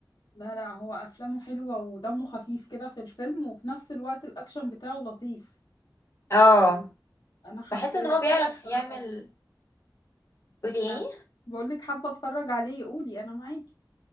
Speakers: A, on the left; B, on the left.
A: لا لا هو افلامه حلوه ودمه خفيف كده في الفيلم وفي نفس الوقت الاكشن بتاعه لطيف
B: اه
A: انا حابه
B: بحس ان هو بيعرف
A: حابه اتفرج
B: يعمل
A: عليه
B: قولي ايه
A: آه. بقول لك حابه اتفرج عليه قولي انا معاكي